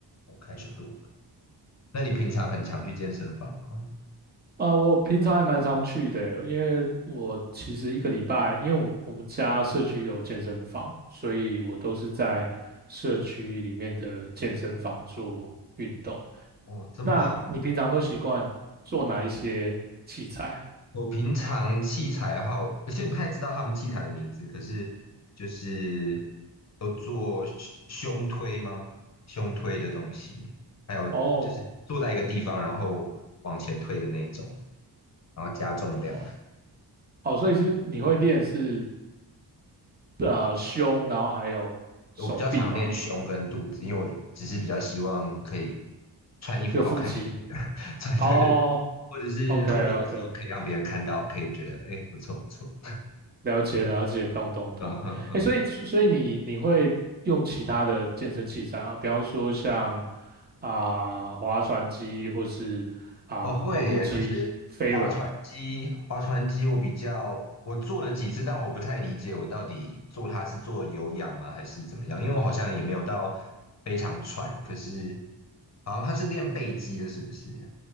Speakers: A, on the left; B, on the right.
A: 我开始录了。那你平常很常去健身房吗？
B: 啊、呃我平常还蛮常去的，因为我其实一个礼拜，因为我们我们家社区有健身房，所以我都是在社区里面的健身房做运动。
A: 哦，这么好。
B: 那你平常都习惯做哪一些器材？
A: 我平常器材的话，我我其实不太知道他们器材的名字，可是就是有做胸胸推吗？胸推的东西，还有就是坐在一个地方，
B: 哦
A: 然后往前推的那一种，然后加重量。
B: 哦哦，所以是你会练是呃胸，然后还有手臂嘛，
A: 我比较常练胸跟肚子，因为我只是比较希望可以穿衣服好看一点点，
B: 有腹肌。
A: <laughs> 穿对对对，
B: 哦
A: 或者是脱掉的时候可以让别人看到，
B: ，OK OK，
A: 可以觉得哎不错不错，
B: 了解了解，懂懂懂。
A: 嗯哼哼，
B: 哎，所以所以你你会用其他的健身器材啊？比方说像啊、划船机，或是啊、
A: 哦会耶，
B: 跑步机、
A: 可是划船机划船机我比较我做了几次，
B: 飞轮。
A: 但我不太理解我到底做它是做有氧吗还是怎么样，因为我好像也没有到非常喘，可是好像它是练背肌的，是不是？